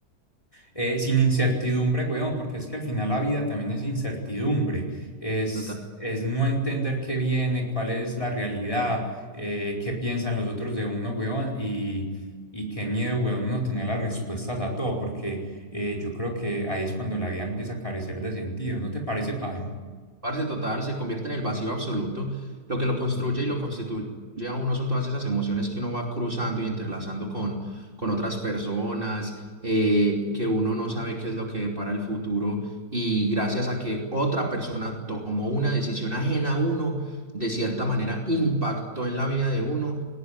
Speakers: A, on the left; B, on the right.
A: eh, sin incertidumbre, weón, porque es que al final la vida también es incertidumbre, es,
B: total.
A: es no entender qué viene, cuál es la realidad, eh, qué piensan los otros de uno, weón, y, y qué miedo, weón, uno tener las respuestas a todo, porque eh, yo creo que ahí es cuando la vida empieza a carecer de sentido, ¿no te parece, padre?
B: Parce total, se convierte en el vacío absoluto. Lo que lo construye
A: Ujú.
B: y lo constituye a uno son todas esas emociones que uno va cruzando y entrelazando con, con otras personas, eh, que uno no sabe qué es lo que depara el futuro. Y gracias a que otra persona tomó una decisión ajena a uno, de cierta manera impactó en la vida de uno